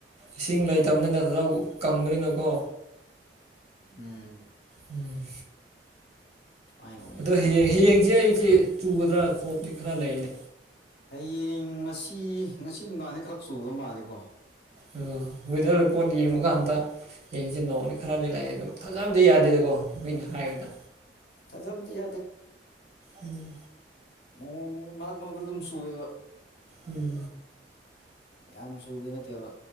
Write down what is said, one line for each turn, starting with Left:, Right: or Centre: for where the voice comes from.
Right: ꯏꯁꯤꯡ ꯂꯩꯇꯕꯅꯤꯅ ꯂꯧ ꯀꯪꯕꯅꯤꯅꯀꯣ
Left: ꯎꯝ
Right: ꯎꯝ
Left: ꯁꯨꯃꯥꯏꯅ ꯑꯣꯏꯅ
Right: ꯑꯗꯣ
Left: ꯍꯟꯗꯛꯀꯤꯁꯦ
Right: ꯍꯌꯦ ꯍꯌꯦꯡꯁꯦ ꯑꯩꯁꯦ ꯆꯨꯒꯗ꯭ꯔꯥ ꯈꯣꯞꯇꯗꯤ ꯈꯔ ꯂꯩꯅꯤ
Left: ꯍꯌꯦꯡ ꯉꯁꯤ ꯉꯁꯤ ꯅꯨꯡꯗꯥꯜꯁ ꯈꯔꯛ ꯆꯨꯕ ꯃꯥꯜꯂꯤꯀꯣ
Right: ꯑꯣ ꯋꯦꯗꯔꯗ ꯄꯣꯠ ꯌꯦꯡꯕꯀꯥꯟꯗ ꯍꯡꯁꯤ ꯅꯣꯡꯅꯤ ꯈꯔꯗꯤ ꯂꯥꯛꯑꯦ ꯑꯗꯣ ꯊꯥꯖꯕꯗꯤ ꯌꯥꯗꯦꯗꯀꯣ ꯃꯣꯏꯅ ꯍꯥꯏꯌꯨꯗ
Left: ꯊꯥꯖꯕꯗꯤ
Right: ꯎꯝ
Left: ꯎꯝ ꯃꯥ ꯈꯨꯃꯛꯇ ꯑꯗꯨꯝ ꯁꯨꯑꯦꯕ
Right: ꯎꯝ
Left: ꯌꯥꯝ ꯁꯨꯕꯗꯤ ꯅꯠꯇꯦꯕ